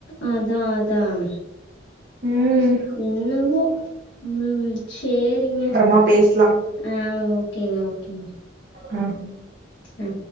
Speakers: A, on the left; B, on the right.
A: அதா அதான்
B: உம்
A: என்னவோ உம் சேரிங்க
B: மா பேஸ்லாம்
A: ஆ ஓகேங்க ஓகேங்க
B: ம்
A: ஆ.